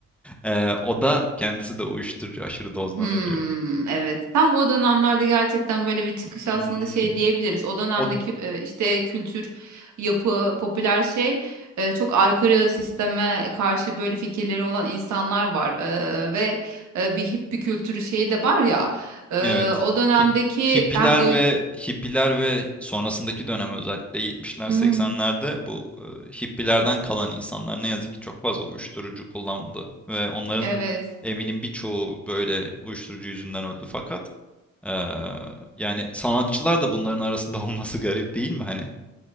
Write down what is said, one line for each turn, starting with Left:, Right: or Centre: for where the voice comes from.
Centre: Eee, o da kendisi de uyuşturucu aşırı dozdan
Right: Hmm,
Centre: ölüyor.
Right: evet. Tam o dönemlerde gerçekten böyle bir çıkış
Centre: <laughs>
Right: aslında şey diyebiliriz. O dönemdeki
Centre: O
Right: e, işte kültür, yapı, popüler şey e, çok aykırı sisteme karşı böyle fikirleri olan insanlar var. E, ve e, bir hippie kültürü şeyi de var ya. E,
Centre: Evet.
Right: o dönemdeki
Centre: Hip hippiler
Right: hem o...
Centre: ve hippiler ve sonrasındaki dönem özellikle 70'ler
Right: Hmm,
Centre: 80'lerde bu e, hippilerden kalan insanlar ne yazık ki çok fazla uyuşturucu kullandı ve onların
Right: evet.
Centre: eminim birçoğu böyle uyuşturucu yüzünden öldü fakat eee, yani sanatçılar da bunların arasında <laughs> olması garip değil mi? Hani